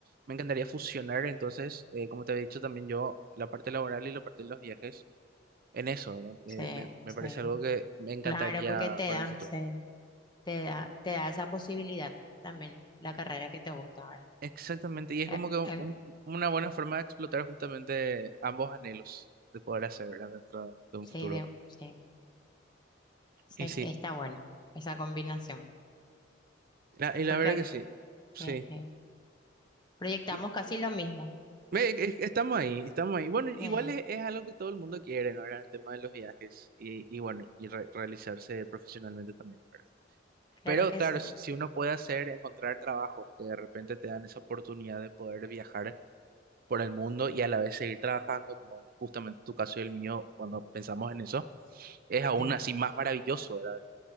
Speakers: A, on the right (about 50°); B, on the left (about 25°).
A: me encantaría fusionar, entonces, eh, como te había dicho también yo, la parte laboral y la parte de los viajes en eso, ¿verdad? Eh,
B: sí,
A: me, me
B: sí.
A: parece algo que me encantaría
B: Claro, porque te
A: para
B: da,
A: el futuro.
B: sí, te da, te da esa posibilidad también, la carrera que te gusta, ¿verdad?
A: Exactamente, y es
B: Eh,
A: como que un-
B: el-
A: una buena forma de explotar justamente ambos anhelos de poder hacer, ¿verdad? Dentro de un
B: sí,
A: futuro.
B: de- sí, sí,
A: Y sí,
B: está bueno esa combinación.
A: la, y la
B: porque
A: verdad
B: al
A: que
B: fi-
A: sí, sí.
B: eh, eh, proyectamos
A: Y,
B: casi lo mismo.
A: ve, es- estamos ahí, estamos ahí. Bueno, igual
B: Eh,
A: es, es algo que todo el mundo quiere, ¿no? ¿verdad? El tema de los viajes y, y bueno, y re- realizarse profesionalmente también, ¿verdad?
B: claro
A: Pero
B: que
A: claro,
B: sí.
A: si, si uno puede hacer, encontrar trabajo, que de repente te dan esa oportunidad de poder viajar por el mundo y a la vez seguir trabajando, como justamente tu caso y el mío, cuando pensamos en eso es aún
B: eh,
A: así más maravilloso, ¿verdad?